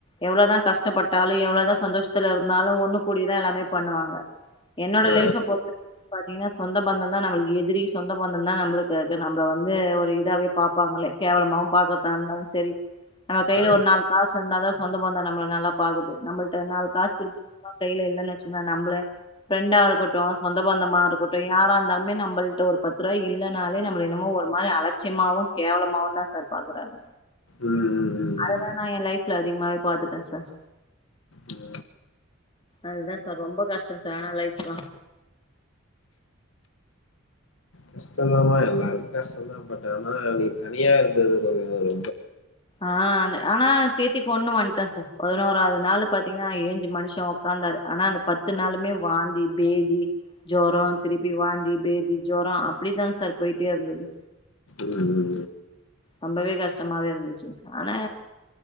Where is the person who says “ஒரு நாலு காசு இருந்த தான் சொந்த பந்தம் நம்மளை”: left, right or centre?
Left